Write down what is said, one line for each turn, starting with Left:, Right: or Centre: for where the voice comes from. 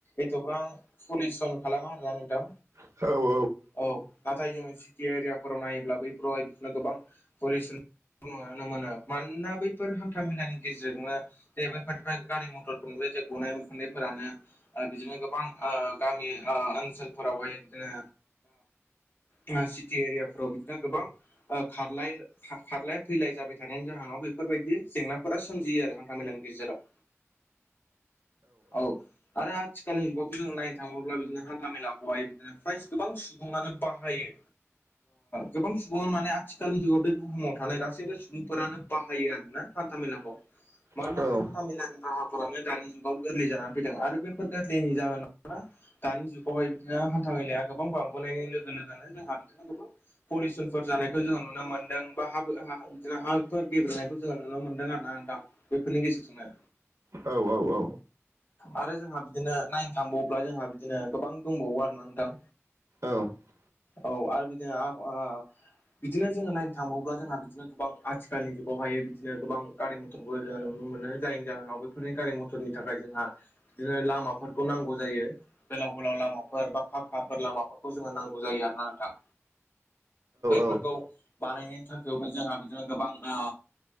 Left: एथ'बां पलिउसन खालामा आरोना नोंथां
Right: आरो औ
Left: औ नाथाय जोङो टि एरियाफोराव नायोब्ला बैफोरावहाय बिखौनो गोबां पलिउसन नुनो मोनो। मानोना बैफोर हान्था मेलानि गेजेरजोंनो जे बेैफोर गारि मथरफोरनि जे गनाय खुन्दैफोरानो ओ बिदिनो गोबां ओ गामि ओ ओनसोलफोरावहाय बिदिनो जोङा सिटि एरियाफोराव बिदिनो गोबां ओ खारलाय खारलाया फैलाय जाबाय खारनायनि जाहोनाव बेफोरबायदि जेंनाफोरा सोमजियो आरो हान्था मेलानि गेजेराव औ आरो आथिखालनि जुगाव जों नायनो थाङोब्ला बिदिनो हान्था मेलाखौहाय बिदिनो फ्राय गोबां सुबुङानो बाहायो गोबां सुबङानो माने आथिखालनि जुगाव बे बुहुमाव थानाय गासैबो सुबुं फोरानो बाहायो आरो ना हान्था मेलाखौ मानोना
Right: औ
Left: बे
Right: औ
Left: हान्था मेलानि राहाफोरानो दानि जुगाव गोरलै जानानै फैदों आरो बेफोर गोरलैनि जाहोनावनो दानि जुगावहाय बिदिनो हान्था मेेलाया गोबां बांबोनायनि लोगो लोगोनो जोंहा बिदिनो गोबां पलिसनफोर जानायखौ जोङो नुनो मोनदों बा हाब हा राहांफोर गेब्रेनायखौ जोङो नुनो मोनदों आरो ना नोंथां बैफोरनि गेजेरजोंनो
Right: औ औ औ
Left: आरो जोंहा बिदिनो नायनो थांबावोब्ला जोंहा बिदिनो गोबां दंबावो आरोना नोंथां
Right: औ
Left: औ आरो बिदिनो आबा ओ बिदिनो जोङो नायनो थांबावोब्ला जोंहा बिदिनो गोबां आथिखालनि जुगावहाय बिदिनो गोबां गारि मथरबो जोङो नुनो मोनो जायनि जाहोनाव बेफोरनि गारि मथ फोरनि थाखाय जोंहा बिदिनो लामाफोरखौ नांगौ जायो। गोलाव गोलाव लामाफोर बा फाखाफोर लामाफोरखौ जोङो नांगौ जायो आरो ना नोंथां। बैफोरखौ
Right: औ औ
Left: बानायनायनि थाखायबो जोंहा बिदिनो गोबां ओ